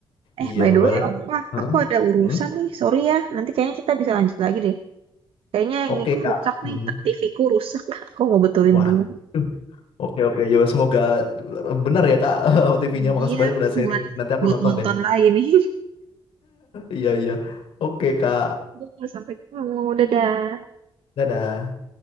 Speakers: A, on the right; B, on the left.
A: Eh,
B: iya
A: by the
B: padahal
A: way, Opa,
B: Hah?
A: aku ada urusan
B: Mm?
A: nih. Sorry ya, nanti kayaknya kita bisa lanjut lagi deh. Kayaknya
B: Oke
A: ini ku
B: kak.
A: rusak
B: Hmm.
A: nih, t- TV ku rusak. <laughs> Aku mau betulin
B: Waduh.
A: dulu.
B: Oke oke yo semoga benar ya kak <laughs> TV-nya.
A: Hmm,
B: Makasih
A: iya,
B: banyak udah sharing.
A: buat
B: Nanti aku
A: buat
B: nonton
A: nonton
B: deh.
A: lagi nih.
B: Iya iya. Oke kak.
A: <laughs> Udah, Sampai ketemu, dadah.
B: Dadah.